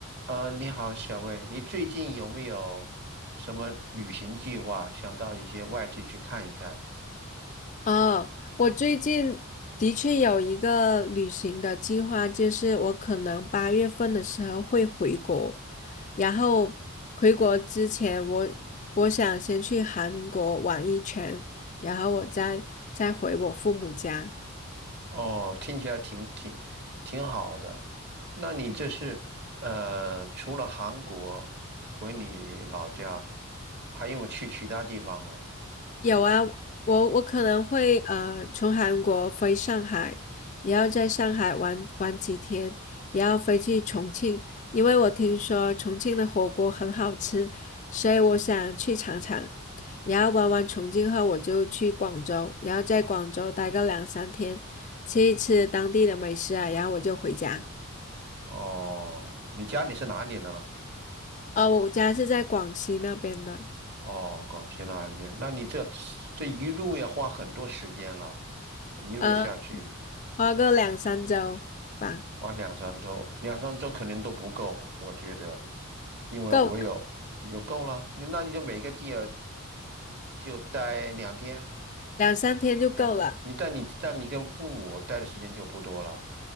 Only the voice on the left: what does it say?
哦，我最近的确有一个旅行的计划，就是我可能八月份的时候会回国，然后回国之前我，我想先去韩国玩一圈，然后我再再回我父母家。
有啊，我我可能会呃从韩国飞上海，也要在上海玩玩几天，也要飞去重庆，因为我听说重庆的火锅很好吃，所以我想去尝尝。然后玩完重庆后，我就去广州，然后在广州待个两三天，吃一吃当地的美食啊，然后我就回家。
呃，我家是在广西那边的，
呃，花个两三周吧，
够
两三天就够了。